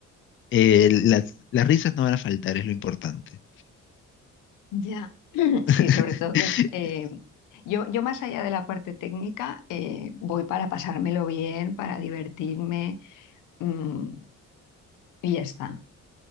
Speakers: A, on the left; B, on the left.
A: Eh, las, las risas no van a faltar, es lo importante.
B: Ya, <clears throat> sí,
A: <laughs>
B: sobre todo que es... eh, yo, yo más allá de la parte técnica, eh, voy para pasármelo bien, para divertirme, mm, y ya está.